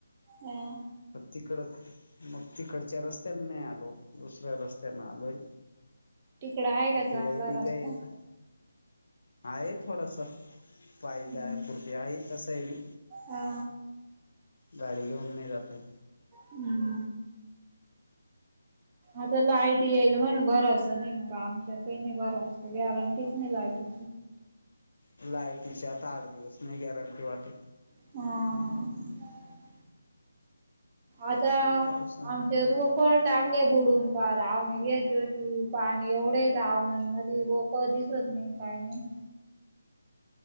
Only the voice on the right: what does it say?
हम!
तिकड आहे का
चांगला
रस्ता
हम्म
हा
हम्म! आता लायटी येईल म्हण बरचसं नाही, मग आमच्याकही नाही बरचत गॅरंटीच नाही लायटी.
ह! आता
आमच्या रोपट. टाकले बुडून प आवने घ्यायचे होतीी पाणी एवढेच आवनांमध्येध रोप परधस होत नाही काही नाही.